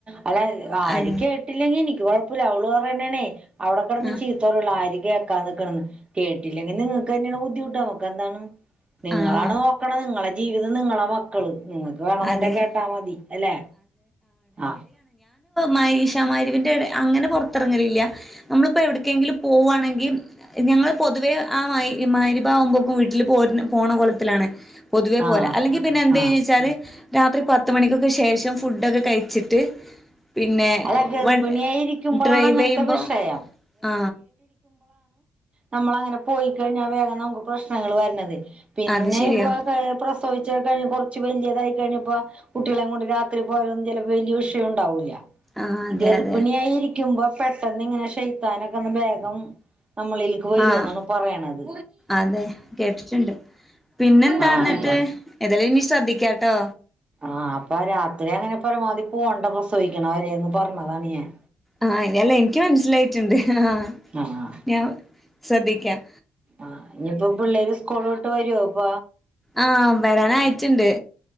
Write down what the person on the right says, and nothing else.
അല്ല ആര്
കേട്ടില്ലെങ്കിൽ എനിക്ക് കുഴപ്പമില്ല അവള് പറയണേ അവിടെക്കടന്ന്
ചീത്തോറള്ളൂ ആര് കേക്കാ നിക്കണന്ന് കേട്ടില്ലെങ്കിൽ നിങ്ങൾക്ക് തന്നെയാണ് ബുദ്ധിമുട്ട് നമുക്ക് എന്താണ് നിങ്ങളാണ്
നോക്കണ നിങ്ങളുടെ ജീവിതം നിങ്ങളെ മക്കള് നിങ്ങക്ക് വേണെന്നണ്ട
കേട്ടാ മതി അല്ലെ ആഹ്
ആഹ്
ആഹ്
അല്ല ഗർഭിണിയായിരിക്കുമ്പളാണ്
അങ്ങനത്തെ
വിഷയം
നമ്മളാ അങ്ങനെ പോയിക്കഴിഞ്ഞാൽ വേഗം നമുക്ക് പ്രശ്നങ്ങൾ വരണത് പിന്നെ
ഇപ്പൊ പ്രസവിച്ചഴിഞ്ഞ് കൊറച്ച് വലിയതായി കഴിഞ്ഞ ഇപ്പ കുട്ടികളെ കൊണ്ട് രാത്രി പോയാലൊന്നും ചിലപ്പോ വല്യ വിഷം ഉണ്ടാവൂല്ല
ഗർഭിണിയായി
രിക്കുമ്പോ പെട്ടന്ന് ഇങ്ങനെ ഷെയ്യ്ത്താനൊക്കെ ഒന്ന് വേഗം നമ്മളലേക്ക് വരു
എന്നാണ് പറയണത്
ആഹ
അപ്പ
ആഹ് അപ്പ രാത്രി അങ്ങനെ പരമാവധി പോകേണ്ട പ്രസവിക്കണ വേരെന്ന് പറഞ്ഞതാണ് ഞാൻ
ആഹ്
ആഹ് ഇനിയിപ്പോ പിള്ളേര് സ്കൂള് വിട്ടു വരുവോ ഇപ്പ